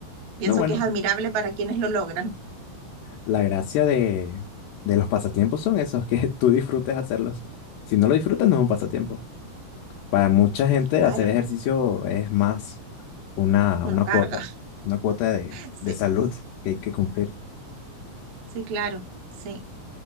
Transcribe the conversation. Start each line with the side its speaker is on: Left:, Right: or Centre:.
Right: Pienso
Left: No, bueno,
Right: que es admirable para quienes lo logran.
Left: la gracia de, de los pasatiempos son esos, que <laughs> tú disfrutes hacerlos. Si no lo disfrutas, no es un pasatiempo. Para mucha gente,
Right: Claro,
Left: hacer ejercicio es más una,
Right: uno
Left: una
Right: carga.
Left: cuota,
Right: <laughs>
Left: una cuota de,
Right: Sí,
Left: de salud que hay que cumplir.
Right: sí, claro, sí.